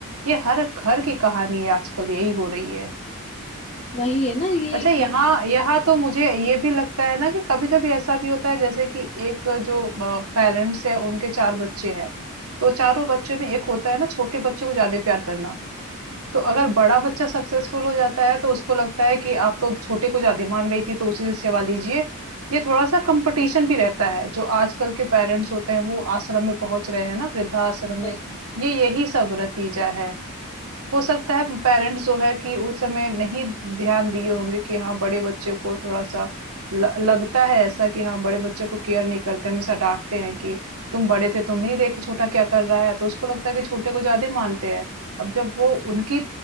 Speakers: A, on the right (about 70°); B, on the left (about 30°).
A: ये हर घर की कहानी है आजकल यही हो रही है
B: वही है ना ये
A: अच्छा यहाँ
B: हर-
A: यहाँ तो मुझे ये भी लगता है ना कि कभी कभी ऐसा भी होता है जैसे कि एक जो पेरेंट्स है उनके चार बच्चे हैं तो चारों बच्चों में एक होता है ना छोटे बच्चों को ज्यादा प्यार करना तो अगर बड़ा बच्चा सक्सेसफुल हो जाता है तो उसको लगता है कि आप तो छोटे को ज्यादा मान रही थी तो उसी से सेवा लीजिए ये थोड़ा सा कंपटीशन भी रहता है जो आजकल के पेरेंट्स होते हैं वो आश्रम में पहुंच रहे हैं ना वृद्धाश्रम
B: वही।
A: में ये यही सब नतीजा है हो सकता है पेरेंट्स जो है कि उस समय नहीं ध्यान दिए होंगे कि हाँ, बड़े बच्चे को थोड़ा-सा ल लगता है ऐसा कि हाँ, बड़े बच्चे को केयर नहीं करते, हमेशा डाँटते हैं कि तुम बड़े थे, तुम नहीं देखे छोटा क्या कर रहा है, तो उसको लगता है कि छोटे को ज़्यादा मानते हैं। अब जब वो उनकी